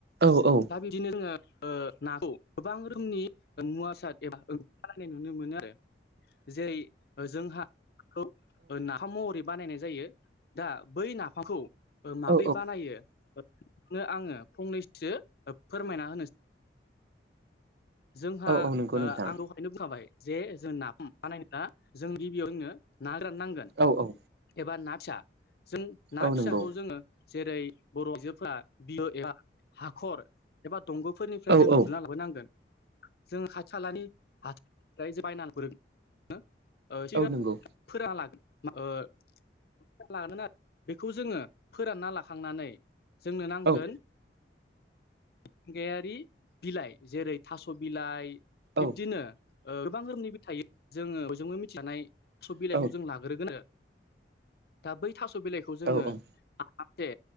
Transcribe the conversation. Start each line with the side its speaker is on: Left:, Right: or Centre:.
Right: औ औ
Left: दा बिदिनो जोङो नाखौ गोबां रोखोमनि मुवा बेसाद एबा ओंखालायनाय नुनो मोनो आरो जेरै जोंहा खौ नाफाम महरै बानायनाय जायो दा बै नाफामखौ माब्रै
Right: औ
Left: बानायो नो आङो फंनैसो फोरमायना होनो जोंहा
Right: औ नंगौ
Left: आं
Right: नोंथां
Left: र बुंजोबखाबाय जे जों नाफाम बानाया जों गिबियाव जोंनो ना गोरान नांगोन
Right: औ औ
Left: एबा ना फिसा जों ना
Right: औ
Left: फिसाखौ
Right: नंगौ
Left: जोङो जेरै बर'जो फोरा बि एबा हाखर एबा दंग'फोरनिफ्राय
Right: औ
Left: जों
Right: औ
Left: गुरना लाबोनांगोन जों <unintelligible>
Right: औ नंगौ
Left: फोरानना लागोन लागोन बेखौ जोङो फोरानना लाखांनानै जोंनो नांगोन
Right: औ
Left: मिथिंगायारि बिलाइ जेरै थास' बिलाइ
Right: औ
Left: बिब्दिनो गोबां रोखोमनि बिलाइ थायो जोङो बयजोंबो मिथिजानाय सब बिलाइखौ
Right: औ
Left: जों लागोन होग्रोगोन दा बै थास' बिलाइखौ जोङो
Right: औ
Left: से